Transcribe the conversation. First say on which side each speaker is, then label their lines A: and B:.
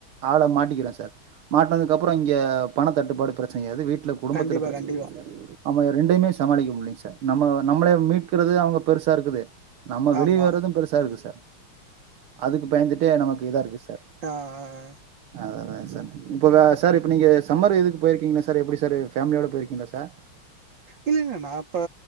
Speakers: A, on the right; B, on the right.
A: ஆள மாட்டிக்கிறே சார் மாட்னதுக்கு அப்பறோ இங்க பண தட்டுப்பாடு பிரச்சனைையாது வீட்ல குடும்பத்துல
B: கண்டிப்பா
A: பிரச்சனை
B: கண்டிப்பா
A: ஆகுது சார் அவ ரெண்டயுமே சமாளிக்க முடியலேங்க சார் நம்ம நம்மளயே மீட்கறதே அவங்க பெருசா இருக்குது நம்ம வெளிய
B: ஆமா
A: வர்றது பெருசா இருக்கு சார் அதுக்கு பயந்துட்டே நமக்கு இதா இருக்கு சார்
B: ஆ ஆ
A: அததா இப்ப வ சார் இப்ப நீங்க சம்மர் இதுக்கு போயிருக்கீங்களா சார் எப்படி சார் ஃபேமிலியோட போயிருக்கீங்களா சார்
B: இல்லை இல்ல நா இப்ப